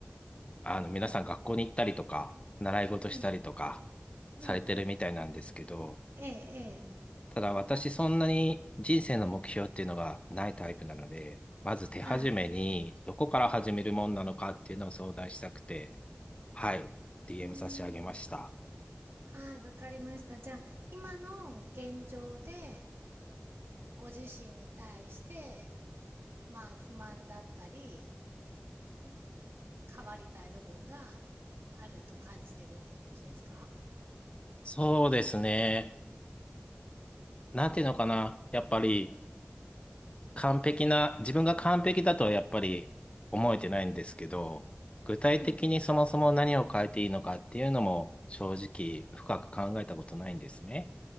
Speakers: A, on the left; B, on the right.
A: あの、皆さん学校に行ったりとか、習い事したりとか、
B: うん。
A: されてるみたいなんですけど、
B: うん。ええ、
A: ただ私そんなに人生の目標っていうのがないタイプなので、まず手始めにどこから始めるもんなのかっていうのを相談したくて、
B: ええ。はい。
A: はい、DM
B: うーん。
A: 差し上げました。
B: はい、わかりました。じゃあ、今の現状で、ご自身に対して、まあ、不満だったり、うん変わりたい部分があると感じてるっていうことですか
A: そうですね。なんていうのかな。やっぱり完璧な、自分が完璧だとはやっぱり思えてないんですけど、具体的にそもそも何を変えていいのかっていうのも正直深く考えたことないんですね。
B: うん。